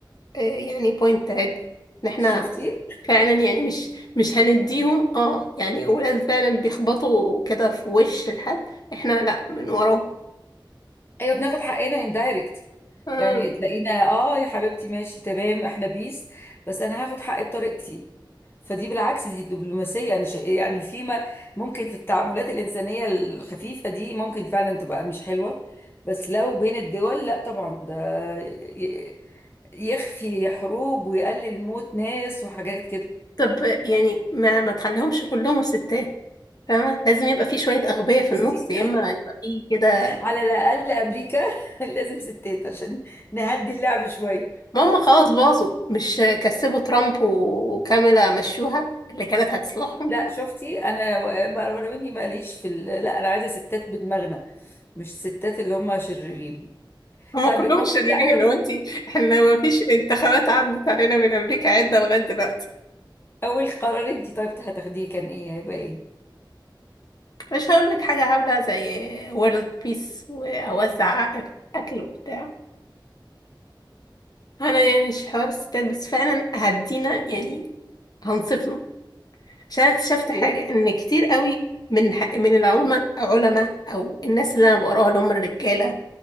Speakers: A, on the left; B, on the left.
A: آه، يعني بوينت عدة إن احنا
B: شفتي
A: فعلا يعني مش مش هنديهم اه يعني ولاد فعلا بيخبطوا كده في وش الحد احنا لا من وراهم
B: ايوه بناخد حقنا اندايركت
A: آه.
B: يعني تلاقينا اه يا حبيبتي ماشي تمام احنا بيس بس انا هاخد حقي بطريقتي فدي بالعكس دي دبلوماسيه انا شا... يعني فيما ممكن في التعاملات الانسانيه الخفيفه دي ممكن فعلا تبقى مش حلوه بس لو بين الدول لا طبعا ده ي- يخفي حروب ويقلل موت ناس وحاجات كده
A: طب يعني ما ما تخليهمش كلهم ستات فاهمة لازم يبقى فيه شوية أغبياء
B: بصي
A: في النص يا إما يبقى فيه كده
B: <laughs> على الاقل امريكا <laughs> لازم ستات عشان نهدي اللعب شويه
A: ما هم خلاص باظوا مش كسبوا ترامب وكاميلا مشوها اللي كانت هتصلحهم
B: لا شفتي انا لو ما- لو اني ماليش في ال... لا انا عايزه ستات بدماغنا مش ستات اللي هم شريرين
A: هم
B: طيب
A: كلهم
B: المهم
A: شريرين
B: انت اول
A: لو انتي احنا ما فيش انتخابات عدت علينا من امريكا عدة لغاية دلوقتي
B: اول قرار انت طيب هتاخديه كان ايه هيبقى ايه
A: مش هقول لك حاجة هبلة زي وورلد بيس واوزع أكل أكل وبتاع انا يعني مش حوار الستات بس فعلا هدينا يعني هنصفنا عشان أنا اكتشفت حاجة
B: ايه
A: ان كتير قوي من من العلماء علماء او الناس اللي انا بقراها اللي هم الرجالة